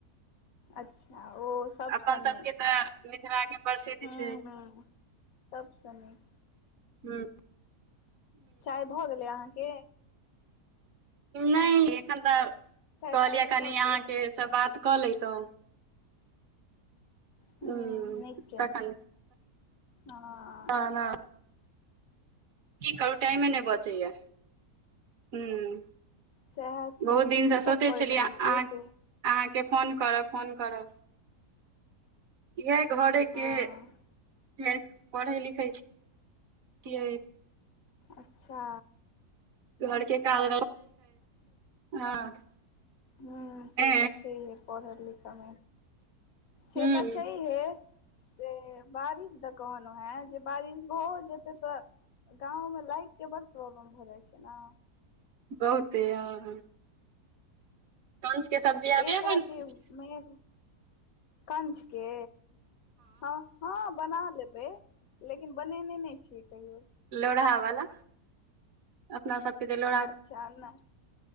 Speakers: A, on the left; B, on the right.
A: अच्छा ओ सबसँ
B: अपन सबके
A: नीक
B: तऽ मिथिला के प्रसिद्ध
A: हू
B: छै
A: हू सब स नीक
B: हूँ
A: चाय भ गेलै अहाँके
B: नहि एखन त
A: चाय
B: कहलियै
A: पानी
B: कनि
A: भऽ
B: अहाँके
A: गेल
B: सब बात कलैतो
A: हूँ
B: ह
A: नीक केलहुँ
B: तखन
A: हँ
B: ह न की करूँ टाइमे नहि बचैया हूँ
A: सएह छै
B: बहुत दिनसँ
A: की सब
B: सोचै
A: करैत
B: छलियै
A: रहै
B: अहाँ
A: छियै से
B: अहाँके फोन करब फोन करब इहे घरे के
A: हँ
B: पढ़ै लिखै छि यै
A: अच्छा
B: घर
A: अच्छा
B: के काम हँ <unintelligible>
A: ह से
B: ए
A: तऽ छै से पढ़ लिखमे से
B: हूँ
A: त छै हे से बारिश दे कहनो हैत जे बारिश भो जेतै त गाँंव में लाइट के बड़ प्रॉब्लम भऽ जाइ छै ने
B: बहुते हॅं कंछ के सब्जी आबैये
A: एक
B: बनबऽ
A: रति मने कंचके हँ हँ बना लेबै लेकिन बनेने नहि छियै कहियो
B: लोरहा वाला अपना सबके जे लाइन
A: अच्छा नहि